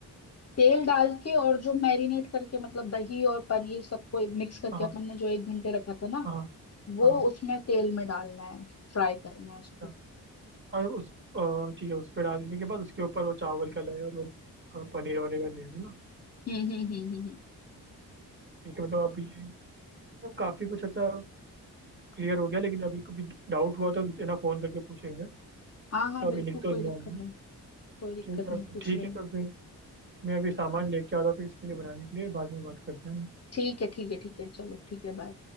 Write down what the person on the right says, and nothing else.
हाँ
हाँ हाँ
हाँ हाँ
हाँ, अच्छा। और उस अ, ठीक है उस पर डालने के बाद उसके ऊपर वो चावल का लेयर और अ, पनीर वगैरह का लेयर है ना
ठीक है मतलब आप ये अब काफी कुछ अच्छा क्लियर हो गया लेकिन अभी कभी डाउट हुआ तो है ना फोन करके पूछेंगे
तो अभी
लिख तो
दिया
हमने
ठीक है
अभी
ठीक
है तो फिर मैं अभी सामान लेके आता हूँ फिर इसके लिए बनाने के लिए बाद में बात करते हैं ना